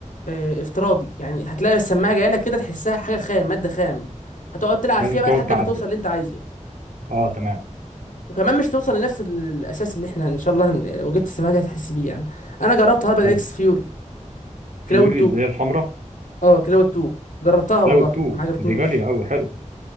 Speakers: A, on the left; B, on the right.
A: آه، افتراضي يعني هتلاقي السماعة جاية لك كده تحسها حاجة خام مادة خام هتقعد تلعب
B: لازم
A: فيها بقى
B: تقعد
A: لحد
B: تعدل
A: ما توصل اللي أنت عايزه
B: اه تمام
A: وكمان مش توصل لنفس ال- الأساس اللي إحنا إن شاء الله هن- لو جبت السماعة دي هتحس بيه يعني أنا جربت هايبر
B: حلو
A: إكس فيوري
B: فيوري
A: كلاود 2
B: اللي هي الحمراء
A: أه كلاود 2 جربتها والله
B: لو التو
A: ما عجبتنيش
B: دي غاليه قوي حلو